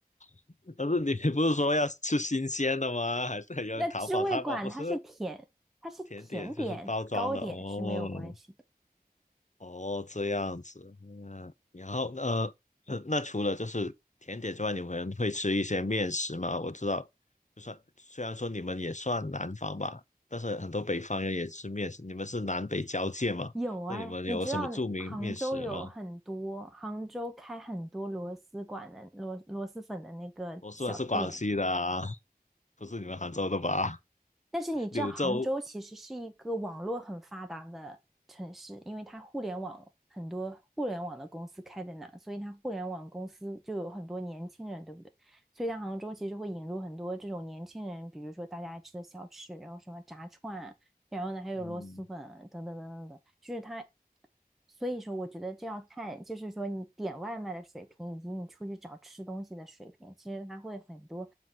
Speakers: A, on the left; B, in the centre.
A: <laughs> 但是你不是说要吃新鲜的吗？还是要淘宝？
B: 那知味馆它是甜，
A: 淘宝不是
B: 它是甜点、
A: 甜点就是包装的哦。
B: 糕点是没有关系的。
A: 哦，这样子，嗯，然后呃，呃那除了就是甜点之外，你们会吃一些面食吗？我知道，就算虽然说你们也算南方吧，但是很多北方人也吃面食。你们是南北交界嘛？
B: 有哎，
A: 那你们有什么著名面食吗？
B: 你知道杭州有很多，杭州开很多螺蛳馆的螺螺蛳粉的那个小店，
A: 我说的是广西的啊，不是你们杭州的吧？
B: 但是你知道，
A: <laughs> 柳州，
B: 杭州其实是一个网络很发达的城市，因为它互联网很多互联网的公司开在那，所以它互联网公司就有很多年轻人，对不对？所以它杭州其实会引入很多这种年轻人，比如说大家爱吃的小吃，然后什么炸串啊，然后呢还有螺蛳粉啊等等等等等，
A: 嗯，
B: 就是它所以说，我觉得这要看，就是说你点外卖的水平，以及你出去找吃东西的水平。其实它会很多